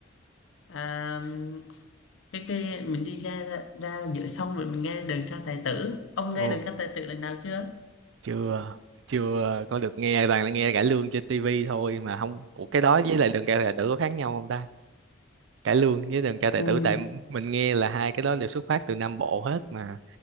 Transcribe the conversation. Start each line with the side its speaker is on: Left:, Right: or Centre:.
Left: à, cái cái mình đi ra ra, ra giữa sông rồi mình nghe đờn ca tài tử ông
Right: ồ
Left: nghe đờn ca tài tử lần nào chưa
Right: chưa chưa có được nghe toàn là nghe cải lương trên tivi thôi mà không ủa cái đó với lại đường cải là đỡ có khác nhau không ta cải lương với đờn ca tài
Left: Ôi,
Right: tử tại mình nghe là hai cái đó đều xuất phát từ Nam Bộ hết mà